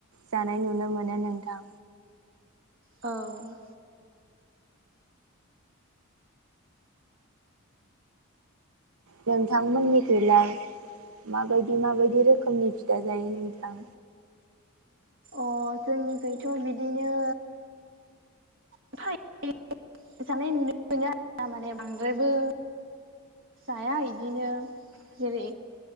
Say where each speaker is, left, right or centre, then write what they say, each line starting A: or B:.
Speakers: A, on the right (about 85°); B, on the right (about 60°).
A: जानाय नुनो मोनो नोंथां।
B: औ।
A: नोंथांमोननिखैलाय माबायदि माबायदि रोखोमनि फिथा जायो नोंथां?
B: अ जोंनिखैथ' बिदिनो <unintelligible> जानाय नुनो मोनो आरोना माने बांद्रायबो जाया इदिनो जेरै